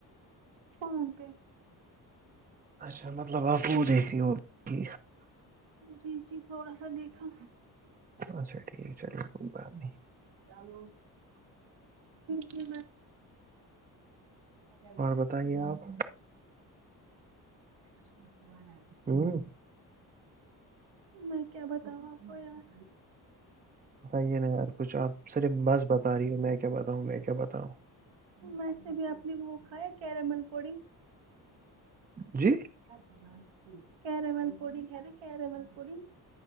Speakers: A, on the right (about 65°); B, on the right (about 20°).
A: سمن پہ
B: اچھا مطلب آپ وہ دیکھتی اور جی
A: جی جی تھوڑا سا دیکھا
B: اچھا ٹھیک چلیے کوئی بات نہیں
A: چلو جی ج اگر
B: اور بتائیے آپ
A: <unintelligible>
B: ہوں <inaudible>
A: میں کیا بتاؤں آپ کو یار
B: بیے نہیں یار کچھ آپ صرف بس بتا رہی ہو میں کیا بتاؤں میں کیا بتاؤں
A: ویسے بھی آپ نے وہ کھایا کیرمل پوڑی
B: جی
A: ا کیرمل پوڑی ہے نا کیرمل پوڑی